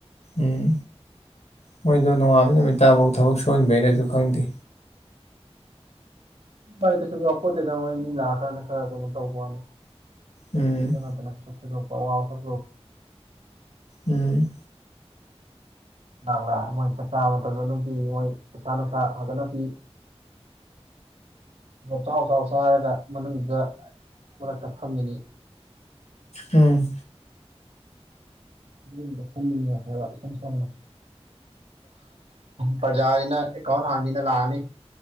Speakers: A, on the left; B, on the right.
A: ꯎꯝ ꯃꯣꯏꯗꯣ ꯅꯣꯡꯉꯥꯟꯕ ꯅꯨꯃꯤ ꯇꯥꯐꯧ ꯊꯕꯛ ꯁꯨꯍꯟꯕꯩꯔꯁꯨ ꯈꯪꯗꯦ
B: ꯥꯏ ꯀꯩꯁꯨꯄꯣꯠꯇꯗꯧ ꯃꯤ ꯂꯥꯛꯑꯀꯥꯟꯗ ꯈꯔ ꯀꯩꯅꯣ ꯇꯧꯕꯅꯤ
A: ꯎꯝ
B: ꯁ
A: ꯎꯝ
B: ꯂꯥꯛꯂ ꯃꯣꯏ ꯆꯥꯛ ꯆꯥꯕ ꯃꯇꯝꯗ ꯑꯗꯨꯝ ꯄꯤ ꯃꯣꯏ ꯄꯩꯁꯥ ꯅꯨꯡꯁꯥ ꯐꯖꯅ ꯄꯤ ꯑꯗꯣ ꯆꯥꯎ ꯆꯥꯎ ꯆꯔꯒ ꯃꯅꯨꯡꯗꯨꯗ ꯃꯔꯛꯇ ꯐꯝꯃꯤꯅꯤ
A: ꯎꯝ
B: ꯃꯤꯔꯨꯝꯒ ꯐ ꯍꯥꯏꯕ ꯏ ꯁꯅ ꯄ꯭ꯔꯖꯥꯁꯤꯅ ꯑꯦꯀꯥꯎꯟ ꯍꯥꯡꯉꯅ ꯂꯥꯛꯑꯅꯤ